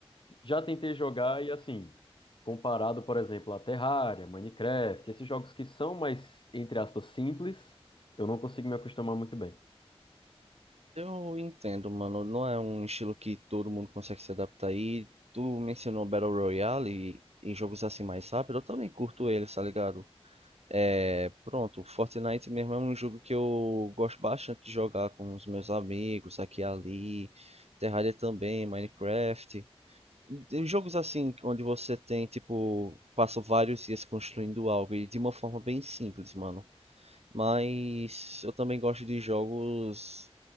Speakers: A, on the left; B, on the right.
A: Já tentei jogar e assim, comparado, por exemplo, a Terraria, Minecraft, esses jogos que são mais, entre aspas, simples, eu não consigo me acostumar muito bem.
B: Eu entendo, mano. Não é um estilo que todo mundo consegue se adaptar. E tu mencionou Battle Royale e em jogos assim mais rápido. Eu também curto eles, tá ligado? É, pronto, Fortnite mesmo é um jogo que eu gosto bastante de jogar com os meus amigos, aqui e ali. Terraria também, Minecraft. Tem Jogos assim, onde você tem, tipo, passa vários dias construindo algo e de uma forma bem simples, mano. Mas eu também gosto de jogos